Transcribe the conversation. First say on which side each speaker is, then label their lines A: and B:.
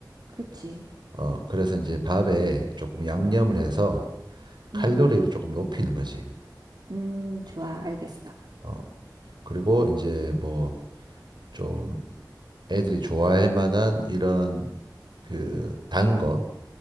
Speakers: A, on the right (about 65°); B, on the right (about 85°).
A: 그치.
B: 어, 그래서 이제 밥에 조금 양념을
A: 음,
B: 해서 칼로리를
A: 음,
B: 조금 높이는 거지.
A: 음, 좋아, 알겠어.
B: 어, 그리고 이제
A: 음,
B: 뭐 좀 애들이 좋아할 만한 이런 그 단 거,